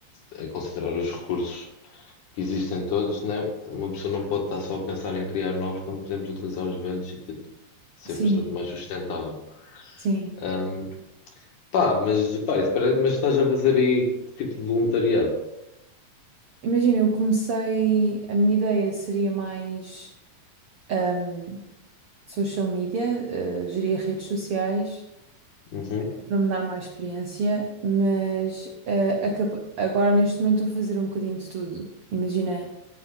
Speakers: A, on the left (about 65°); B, on the right (about 70°).
A: é considerar os recursos que existem todos, né? Uma pessoa não pode estar só a pensar em criar novos quando podemos utilizar os velhos e tipo, ser
B: Sim,
A: bastante mais sustentável.
B: sim.
A: Hum, Pá, mas, pá, isso parece, mas estás a fazer aí que tipo de voluntariado?
B: Imagina, eu comecei, a minha ideia seria mais. hum, social media, eh, geria redes sociais
A: Uhum,
B: é para me dar mais experiência, mas eh, acaba- agora neste momento estou a fazer um bocadinho de tudo. Imagina,